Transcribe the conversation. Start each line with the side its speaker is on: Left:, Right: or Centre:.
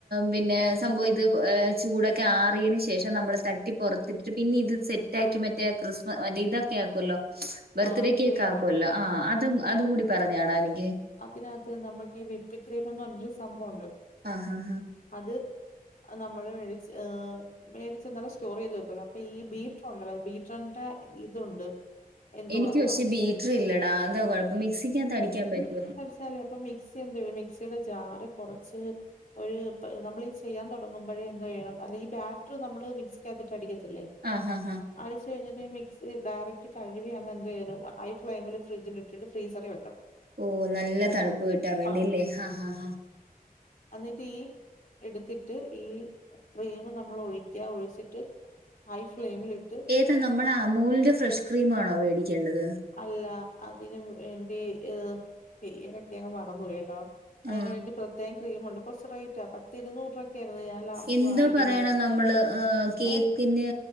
Right: പിന്നെ സംഭവം ഇത് ചൂടെ ആറിയതിനന് ശേഷം നമ്മൾ തട്ടി പുറത്തിട്ട് പിന്നെ ഇത് സെറ്റാക്കി മറ്റേ ക്രിസ്മസ് മറ്റേ ഇതൊക്കെ കേക്കുമല്ലോ ബർത്ത്ഡേ
Left: ആ
Right: കേക്ക്
Left: ക്രീം
Right: ആക്കുമല്ലോ ആഹ് അതും അതും കൂടി പറഞ്ഞാടാ എനിക്ക്
Left: അതിനകത്ത് നമ്മൾക്ക് ഈ വിപ്പിക്രീംന്ന് പറഞ്ഞൊരു സംഭവുണ്ട്
Right: ആഹ് <unintelligible>
Left: അത് നമ്മള് മേടിച്ച് ഏ മേടച്ച് എന്നാലും സ്റ്റോർ ചെയ്ത് വെക്കല്ലോ അപ്പൊ ഈ ബീട്രണ്ടല്ലോ ബീട്രോന്റെ ഇതുണ്ട് എന്തുവാ
Right: എനിക്ക് പക്ഷേ ബീറ്റർ ഇല്ലടാ അതാ കൊഴപ്പം മിക്സിക്കാത്ത് അടിക്കാൻ പറ്റോ
Left: ല്ലേ അപ്പൊ മിക്സി എന്ത് മിക്സിയുടെ ജാറ് കുറച്ച് ഒരു നമ്മള് ചെയ്യാൻ തുടങ്ങുമ്പഴ എന്തോ ചെയ്യണം അല്ലെ ഈ ബാറ്റർ നമ്മള് മിക്സിക്കാത്തിട്ട് അടിക്കത്തില്ലേ
Right: ആഹ് ഹ ഹ
Left: അടിച്ച് കഴിഞ്ഞിട്ട് മിക്സി ഡയക്റ്റ് കഴുകി അങ്ങന എന്ത് ചെയ്യുന്നു ഹൈ ഫ്ലെയിമ ഫ്രിഡ്ജിലിട്ടിട്ട് ഫ്രീസറി വെക്കണം
Right: ഓ നല്ല തണുപ്പ് കിട്ടാൻ വേണ്ടില്ലേ
Left: ആഹ്
Right: ആഹ് ഹ ഹ
Left: എന്നിട്ട് ഈ എടുത്തിട്ട് ഈ ക്രീം നമ്മൾ ഒഴിക്ക ഒഴിച്ചിട്ട് ഹൈ ഫ്ലേമിലിട്ട്
Right: ഏതാ നമ്മള് അമൂലിന്റെ ഫ്രഷ് ക്രീംമാണോ മേടിക്കേണ്ടത്
Left: അല്ല അതിന് വേണ്ടി ഏഹ് പേരൊക്കെ അങ്ങ് മറന്ന് പോയിട്ടോ അതിന്
Right: ആ
Left: വേണ്ടി പ്രത്യേകം ക്രീമുണ്ട് കുറച്ച് റേറ്റാ പത്ത് ഇരുന്നൂറ് രൂപ ക്കേര്ന്ന് ഞാൻ ലാസ്റ്റ്
Right: എന്തോ
Left: വാങ്ങികുമ്പഴ്
Right: പറയണം നമ്മള് ആ, കേക്കിന്
Left: ഏഹ്